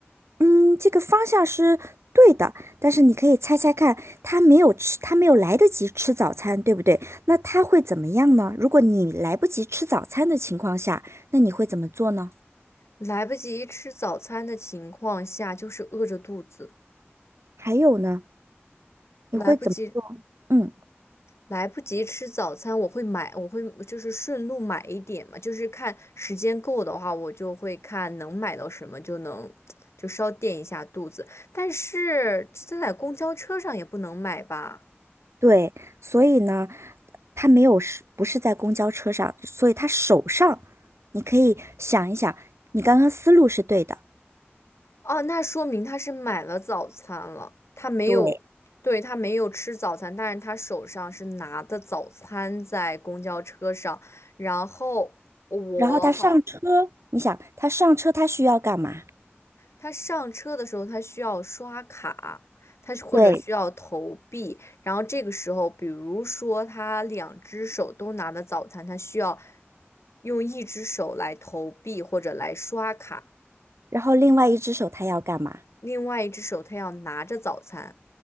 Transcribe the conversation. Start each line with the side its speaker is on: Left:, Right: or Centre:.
Right: 嗯，这个方向是对的，但是你可以猜猜看，他没有吃，他没有来得及吃早餐，对不对？那他会怎么样呢？如果你来不及吃早餐的情况下，那你会怎么做呢？
Left: 来不及吃早餐的情况下，就是饿着肚子，
Right: 还有呢，你会怎么做？
Left: 来不及
Right: 嗯，
Left: 来不及吃早餐，我会买，我会就是顺路买一点嘛，就是看时间够的话，我就会看能买到什么就能就稍垫一下肚子。但是这在公交车上也不能买吧？
Right: 对，所以呢，他没有是不是在公交车上，所以他手上，你可以想一想，你刚刚思路是对的，
Left: 哦，那说明他是买了早餐了，他没有，
Right: 对。
Left: 对，他没有吃早餐，但是他手上是拿的早餐在公交车上，然后我好，
Right: 然后他上车，你想他上车他需要干嘛？
Left: 他上车的时候，他需要刷卡，他是或者需要投币，
Right: 对。
Left: 然后这个时候，比如说他两只手都拿的早餐，他需要用一只手来投币或者来刷卡，
Right: 然后另外一只手他要干嘛？
Left: 另外一只手他要拿着早餐，